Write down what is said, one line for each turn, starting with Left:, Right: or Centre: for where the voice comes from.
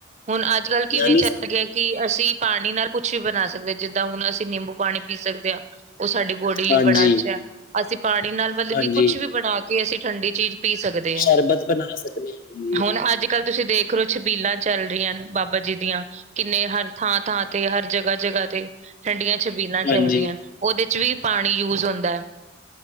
Right: ਹੁਣ ਅੱਜ-ਕੱਲ
Left: ਯਾਨੀ
Right: ਕਿਵੇਂ ਚੱਲ
Left: ਸਾਨੂੰ
Right: ਗਏ। ਕਿ ਅਸੀਂ ਪਾਣੀ ਨਾਲ ਕੁਛ ਵੀ ਬਣਾ ਸਕਦੇ ਜਿੱਦਾਂ ਹੁਣ ਅਸੀਂ ਨਿੰਬੂ ਪਾਣੀ ਪੀ ਸਕਦੇ ਹਾਂ। ਉਹ ਸਾਡੀ ਬੋਡੀ ਲਈ
Left: ਹਾਂਜੀ,
Right: ਬੜਾ ਅੱਛਾ ਹੈ, ਅਸੀਂ ਪਾਣੀ ਨਾਲ ਮਤਲਬ
Left: ਹਾਂਜੀ
Right: ਕਿ ਕੁਛ ਵੀ ਬਣਾ ਕੇ ਕਿ ਅਸੀਂ ਠੰਡੀ ਚੀਜ਼ ਪੀ ਸਕਦੇ ਹਾਂ,
Left: ਸ਼ਰਬਤ ਬਣਾ ਸਕਦੇ ਹਾਂ ਹਾਂਜੀ,
Right: ਹੁਣ ਅੱਜ ਕੱਲ ਤੁਸੀਂ ਦੇਖ ਰਹੇ ਹੋ ਛਬੀਲਾਂ ਚੱਲ ਰਹੀਆ ਬਾਬਾ ਜੀ ਦੀਆਂ ਕਿੰਨੇ ਹਰ ਥਾਂ-ਥਾਂ ਤੇ ਹਰ ਜਗ੍ਹਾ-ਜਗ੍ਹਾ ਤੇ ਠੰਡੀਆਂ ਛਬੀਲਾਂ ਚੱਲ
Left: ਹਾਂਜੀ,
Right: ਰਹੀਆ ਉਹਦੇ ਚ ਵੀ ਪਾਣੀ ਯੂਜ ਹੁੰਦਾ।